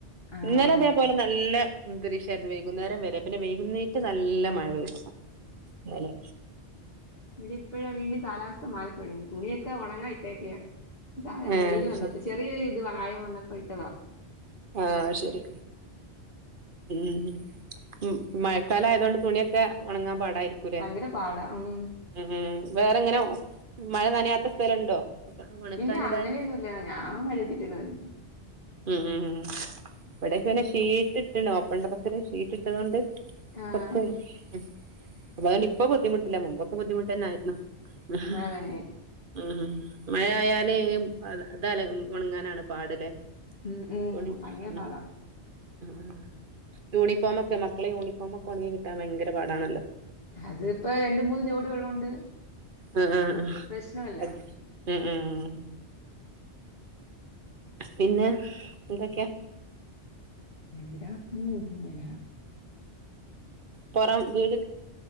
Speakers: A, on the left (about 55°); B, on the right (about 50°).
A: ആഹ്
B: ഇന്നലെ തേപോലെ നല്ല അന്തരീക്ഷായിരുന്നു വൈകുന്നേരംവരെ പിന്നെ വൈകുന്നേറ്റ് നല്ല മഴപെയ്തു ഇന്നലെ
A: ഇവിടിപ്പഴാ വീണ്ടും കാലാവസ്ഥ മാറിത്തൊടങ്ങി തുണിയൊക്കെ ഒണങ്ങാ ഇട്ടേക്കയാ <unintelligible>
B: ആഹ്
A: വെയില് വന്നപ്പം
B: ശരി
A: ചെറിയൊരു ഇത് വായം വന്നപ്പോ ഇട്ടതാ
B: ആ ശരി ഉം ഉം മഴക്കാലായതോണ്ട് തുണിക് ക്കെ ഒണങ്ങാം പാടായിരിക്കു ലേ
A: ഭയങ്കര പാടാ ഉം
B: ഉം ഉം വേറെങ്ങനെ മഴ നനയാത്ത സ്ഥലണ്ടോ അപ്പൊ ഉണക്കാനിടാൻ
A: ഇല്ല അങ്ങനെയൊന്നുംല്ല ഞാമഴയത്തിട്ടന്നേ നനക്കുന്നേ
B: ഉം ഉം ഉം ഇവടൊക്ക പിന്നെ ഷീറ്റ് ഇട്ട്ണ്‌ ഓപ്പൺടെറസില് ഷീറ്റ് ഇട്ടത്കൊണ്ട്
A: ആഹ്
B: കൊർച്ച് ഉം അതോണ്ട് ഇപ്പൊ ബുദ്ധിമുട്ടില്ല മുമ്പക്കെ ബുദ്ധിമുട്ടന്നെ ആയിരുന്നു <unintelligible>
A: മഴ നനയും
B: ഉം മഴ ആയാല് അതല്ല ഉണങ്ങാനാണ് പാട് ലേ
A: ഉം ഉം
B: തുണി
A: ഭയങ്കര
B: ഉം
A: പാടാ
B: ആ യൂണിഫോമൊക്കെ മക്കളെ യൂണിഫോമ് ഒക്കെ ഒൺങ്ങിക് കിട്ടാൻ ഭയങ്കര പാടാണല്ലോ
A: അത് ഇപ്പ രണ്ട് മൂന്ന് ജോടി ഉള്ളോണ്ട്
B: ആ ആ
A: പ്രശ്നമില്ല
B: അതെ ഉം ഉം ഉം പിന്നെ എന്തൊക്കെയാ
A: എന്തിരാ ഉം ഇങ്ങനെയാ
B: പൊറം വീട്